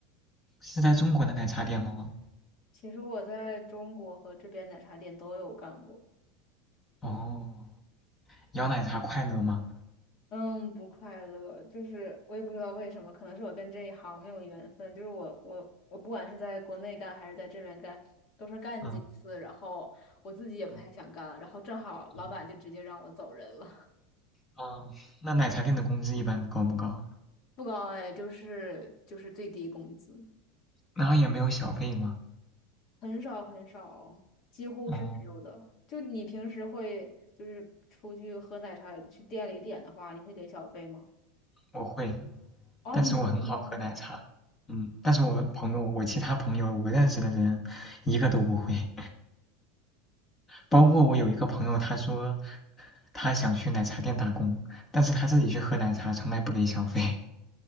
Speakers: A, on the left (about 20°); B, on the left (about 50°).
A: 是在中国的奶茶店吗？
B: 其实我在中国和这边奶茶店都有干过。
A: 哦，摇奶茶快乐吗？
B: 嗯，不快乐，就是我也不知道为什么，可能是我跟这一行没有缘分。就是我我我不管是在国内干还是在这边干，都是干几次，
A: 嗯
B: 然后我自己也不太想干了，
A: 嗯
B: 然后正好老板就直接让我走人了，
A: 嗯，哦，那奶茶店的工资一般高不高？
B: <laughs> 不高哎，就是就是最低工资，
A: 然后也没有小费吗？
B: 很少很少，几乎是没有的。
A: 哦，
B: 就你平时会就是出去喝奶茶，去店里点的话，你会给小费吗？
A: 我会，
B: 哦，
A: 但是我很好喝奶茶。
B: 你会吗？
A: 嗯，但是我朋友，我其他朋友，我认识的人，一个都不会。包括我有一个朋友，他说他想去奶茶店打工，但是他自己去喝奶茶，从来不给小费。